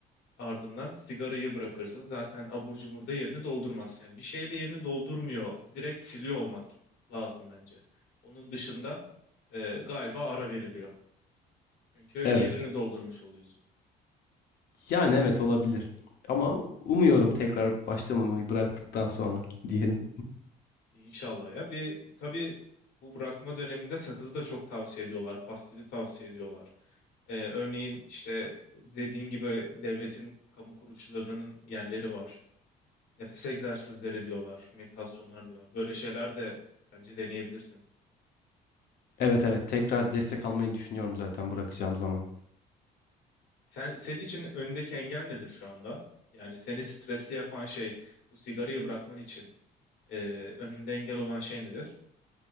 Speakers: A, on the left; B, on the left.
A: Ardından sigarayı bırakırsın. Zaten abur cubur da yerini doldurmaz. Yani bir şeyle yerini doldurmuyor. Direkt siliyor olmak lazım bence. Onun dışında e, galiba ara veriliyor. Çünkü yerini
B: Evet.
A: doldurmuş oluyorsun.
B: Yani evet olabilir. Ama umuyorum tekrar başlamamayı bıraktıktan sonra diyelim.
A: İnşallah ya. Ve tabii bu bırakma döneminde sakızı da çok tavsiye ediyorlar. Pastili tavsiye ediyorlar. E, örneğin işte dediğin gibi devletin kamu kuruluşlarının yerleri var. Nefes egzersizleri diyorlar, meditasyonlar diyorlar. Böyle şeyler de bence deneyebilirsin.
B: Evet evet tekrar destek almayı düşünüyorum zaten bırakacağım zaman.
A: Sen, senin için önündeki engel nedir şu anda? Yani seni stresli yapan şey bu sigarayı bırakman için e, önünde engel olan şey nedir?